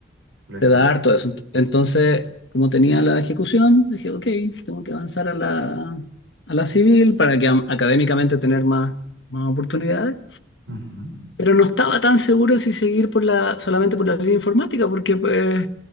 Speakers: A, on the right; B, on the left.
A: lo entiendo.
B: Te da harto eso. Entonces, como tenía la ejecución, dije, ok, tengo que avanzar a la, a la civil para que am- académicamente tener más, más oportunidades.
A: Ujú.
B: Pero no estaba tan seguro si seguir por la, solamente por la línea informática, porque pues,